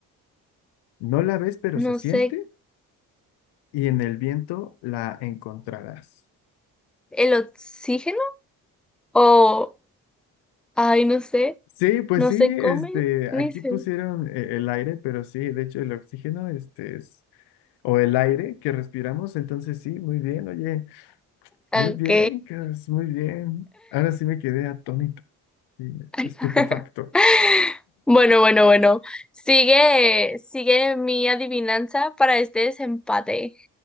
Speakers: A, on the left; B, in the centre.
A: No la ves, pero
B: No
A: se siente,
B: sé,
A: y en el viento la encontrarás.
B: ¿el oxígeno? O, ay, no sé,
A: Sí, pues
B: no
A: sí,
B: se come
A: este,
B: ni
A: aquí
B: se...
A: pusieron eh, el aire, pero sí, de hecho el oxígeno, este es, o el aire que respiramos, entonces sí, muy bien, oye, muy
B: Ok.
A: bien, Cas, muy bien. Ahora sí me quedé atónito, sí,
B: <laughs>
A: estupefacto.
B: Bueno, bueno, bueno. Sigue, sigue mi adivinanza para este desempate.